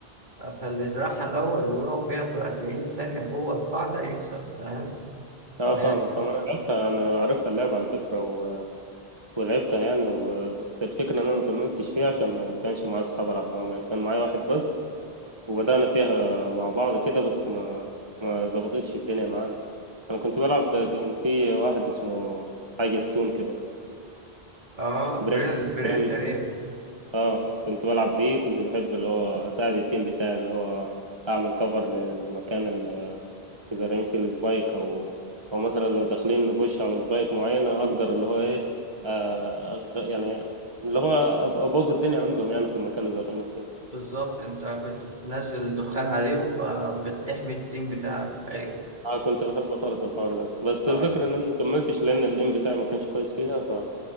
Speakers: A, on the right; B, on the right.
A: فاللي يزرعها الأول ويقعد بيها في 40 ثانية جوه القاعدة يكسب فاهم؟
B: اه
A: ف...
B: فاهمك انا لعبتها انا عارفها اللعبة على فكرة و... ولعبتها يعني و... بس الفكرة ان انا ما كملتش فيها عشان ما كانش معايا اصحاب العب معاهم يعني كان معايا واحد بس وبدأنا فيها مع بعض كده بس ما ما ظبطتش الدنيا معانا انا كنت بلعب كان في واحد اسمه حاجة ستون كده
A: اه
B: بريم
A: برين برين
B: بريم
A: تقريبا
B: اه كنت بلعب بيه كنت بحب اللي هو اساعد التيم بتاعي اللي هو اعمل كفر للمكان اذا رميت السبايك او او مثلا لو داخلين نبوش على سبايك معينه اقدر اللي هو ايه آه أغ- يعني اللي هو أب- ابوظ الدنيا عندهم يعني في المكان اللي زرعينه فيه
A: بالظبط انت كنت بتنزل دخان عليهم فبتحمي التيم بتاعك ايوه
B: اه كنت بحب خالص الحوار ده بس
A: ال-
B: الفكره ان انا ما كملتش لان الايم بتاعي ما كانش كويس فيها ف